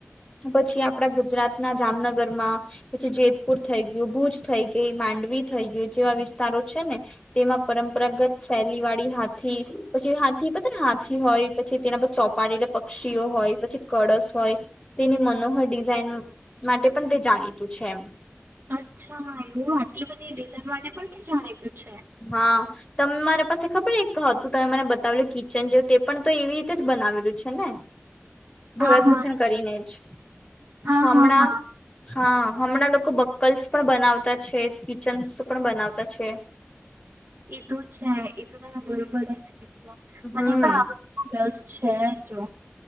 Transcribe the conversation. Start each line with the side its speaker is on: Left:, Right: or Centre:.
Left: પછી આપણા ગુજરાત ના જામનગર માં પછી જેતપુર થઈ ગયું ભુજ થઈ ગઈ માંડવી થઈ ગયું જેવા વિસ્તારો છે ને તેમાં પરંપરાગત શેલી વાળી હાથી પછી હાથી પછી ને હાથી હોય પછી તેના પર ચોપાડેલા પક્ષીઓ હોય પછી કળશ હોય. તેની મનોહર ડિઝાઇન માટે પણ તે જાણીતું છે એમ.
Right: અચ્છા એવું આટલી બધી ડિઝાઇન માટે પણ તે જાણીતું. છે
Left: હા તમે મારે પાસે ખબર એક હતું તમે મને બતાવેલ કિચન જેવું તે પણ તો એવી રીતે જ બનાવેલું છે ને? ભરત
Right: હા હા
Left: ગુંથણ કરીને જ.
Right: હા
Left: હમણાં
Right: હા હા.
Left: હા હમણાં લોકો બક્કલ્સ પણ બનાવતા છે કિચન્સ પણ બનાવતા છે.
Right: એ તો છે એ તો તાર બરોબર જ કીધું મને
Left: હમ
Right: પણ આ બધુંમાં રસ છે જો.